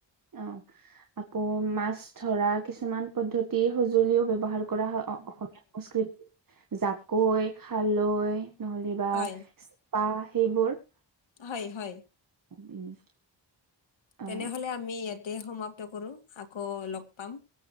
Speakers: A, on the right; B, on the left.
A: অ' আকৌ মাছ ধৰা কিছুমান পদ্ধতিৰ সঁজুলিও ব্যৱহাৰ প্ৰচাৰ কৰা হয় অ অসমীয়া সংস্কৃতি জাকৈ খালৈ নহ'লে বা
B: হয়
A: পেঁপা সেইবোৰ।
B: হয়, হয়।
A: উম। অ
B: তেনেহলে আমি ইয়াতে সমাপ্ত কৰো আকৌ লগ পাম।